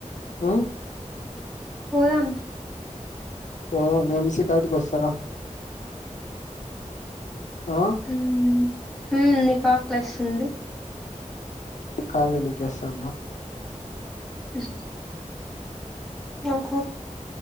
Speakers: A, on the left (about 70°); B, in the centre.
A: హమ్
B: పోదామ్
A: పోదాం కార్ట్కి కొస్తరా ఆ
B: ఊమ్ ఉమ్ నికా క్లాస్తుంది
A: కాలే నీకేస్తాంద
B: అహ నాకు